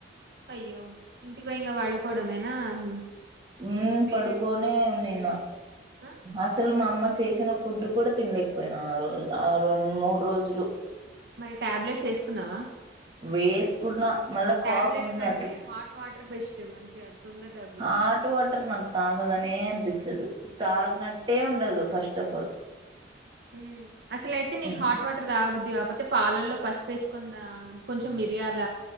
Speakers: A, on the right; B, on the right.
A: అయ్యో ఇంటికి పోయి ఇంగ పడుకోవడమేనా మ్,
B: మ్మ్
A: మీ పేరెంట్స్
B: పడుకోనే
A: తో ఉంటే ఎంజాయ్
B: నిన్న
A: చేయలేదు ఆ
B: అసలు మా అమ్మ చేసిన ఫుడ్ కూడా తినలేకపోయినా ఆ రోజు ఆ రెండు మూడు రోజులు
A: మరి టాబ్లెట్స్ వేసుకున్నావా
B: వేసుకున్న మళ్ళా
A: టాబ్లెట్ల
B: కాఫ్ ఉంది
A: కంటే హాట్ వాటర్ బెస్ట్ మంచిగా తొందర తగ్గుద్ది
B: హట్ వాటర్ నాకు తగలనే అన్పచ్చ తాగినట్టే ఉండదు ఫస్ట్ ఆఫ్ ఆల్
A: మ్మ్ అసలు అయితే నీకు
B: హ్మ్
A: హాట్ వాటర్ దా బుద్ధి కాపోతే పాలల్లో పసుపుేసుకుందా కొంచెం మిరియాల